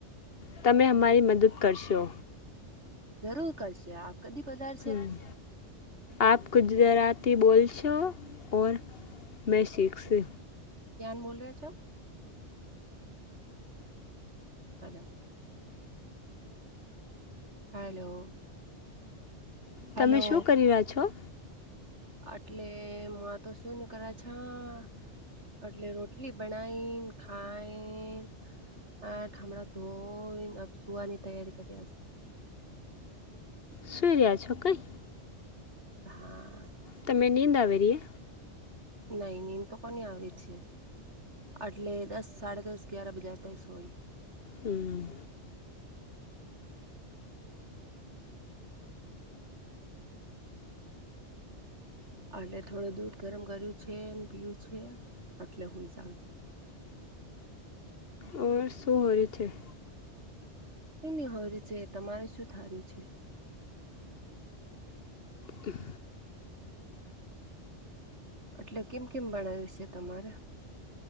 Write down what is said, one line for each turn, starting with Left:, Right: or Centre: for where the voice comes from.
Left: તમે અમારી મદદ કરશો.
Right: જરૂર કરશે આપ કદી પધાર
Left: અમમ આપ ગુજરાતી બોલ છો. ઓર મેં શીખસે.
Right: કયાન બોલ રહ્યા છો? હલો હલો હલો
Left: તમે શું કરી રહ્યા છો?
Right: એટલે મા તો શું નીકળે છા? એટલે રોટલી બનાઈન, ખાઈન એઠ ઠામણાં ધોઈન, સુવાની તૈયારી કર્યા છે.
Left: સુૂઈ રહ્યા છો કઈ?
Right: હા
Left: તમે નીંદ આવેરીએ.
Right: નઈ નીદ તો કોની આવે છે. એટલે દસ, સાડા દસ, ગ્યીયાર બજાતે સોઈ.
Left: હમ
Right: એટલે થોડું દૂધ ગરમ કર્યું છે, ને પીયું છે, એટલે હૂઈ જાવ છે
Left: ઓ શું હો ર છે <unintelligible>
Right: કંઇ નઇ હો રુ છે તમારે શું થાર્યું છે?
Left: તે <unintelligible>
Right: એટલે કેમ કેમ બનાવ્યું છે તમારે